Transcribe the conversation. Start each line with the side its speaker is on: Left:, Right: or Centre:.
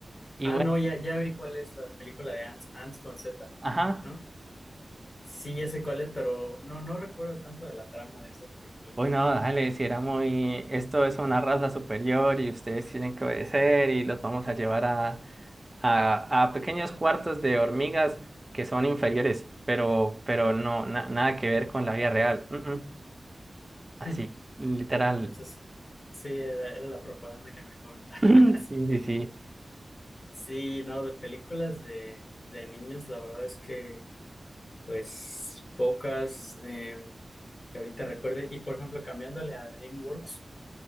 Right: Y
Left: Ah,
Right: bueno,
Left: no, ya, ya vi cuál es la película de Ants, Ants con Z,
Right: ajá.
Left: ¿no? Sí, ya sé cuál es, pero no, no recuerdo tanto de la trama de esa película.
Right: Uy, no, dale, si era muy, esto es una raza superior y ustedes tienen que obedecer y los vamos a llevar a, a, a pequeños cuartos de hormigas que son inferiores, pero, pero no, na- nada que ver con la vida real. Mm, mm. Así,
Left: <laughs>
Right: literal.
Left: Entonces, sí, era, era la propaganda que me comentabas.
Right: <clears throat> Sí,
Left: <laughs>
Right: sí, sí.
Left: Sí, no, de películas de, de niños, la verdad es que, pues, pocas em, que ahorita recuerde. Y, por ejemplo, cambiándole a DreamWorks,